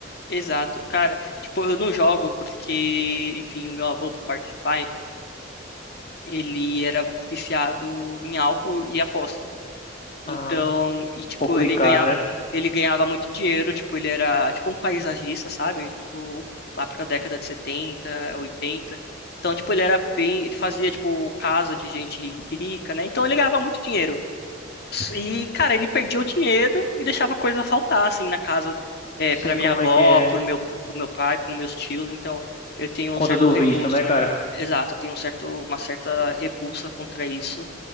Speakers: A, on the left (about 55°); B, on the left (about 40°).
A: exato. Cara, tipo, eu não jogo porque, enfim, o meu avô por parte de pai, ele era viciado em álcool e aposta. Então,
B: Ah,
A: e tipo,
B: complicado,
A: ele ganhava,
B: né?
A: ele ganhava muito dinheiro, tipo, ele era tipo um paisagista, sabe? Tipo, lá pra década de 70 oitenta Então, tipo, ele era bem, ele fazia tipo casa de gente rica, né? Então ele ganhava muito dinheiro. E, cara, ele perdia o dinheiro e deixava coisa faltar assim na casa, é, para
B: Sei
A: minha
B: como
A: avó,
B: é que é,
A: pro meu, pro meu pai, pros meus tios, então eu tenho
B: por conta
A: um certo
B: do
A: repulso.
B: vício, né, cara?
A: Exato, eu tenho um certo, uma certa
B: Pô,
A: repulsa contra isso.